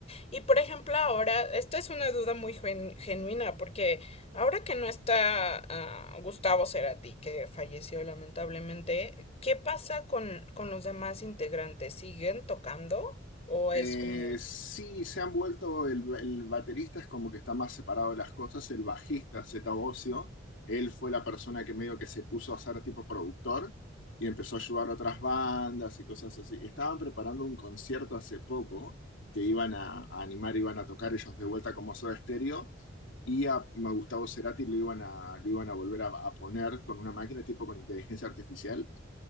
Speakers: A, on the left; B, on the left.
A: Y por ejemplo, ahora, esta es una duda muy gen- genuina, porque ahora que no está ah, Gustavo Cerati, que falleció lamentablemente, ¿qué pasa con, con los demás integrantes? ¿Siguen tocando? ¿O es
B: Eh,
A: como,
B: sí, se han vuelto, el, el baterista es como que está más separado de las cosas, el bajista, Zeta Bosio, él fue la persona que medio que se puso a ser tipo productor y empezó a ayudar a otras bandas y cosas así. Estaban preparando un concierto hace poco que iban a, a animar, iban a tocar ellos de vuelta como Soda Stereo y a, a Gustavo Cerati lo iban a, lo iban a volver a, a poner con una máquina tipo con inteligencia artificial,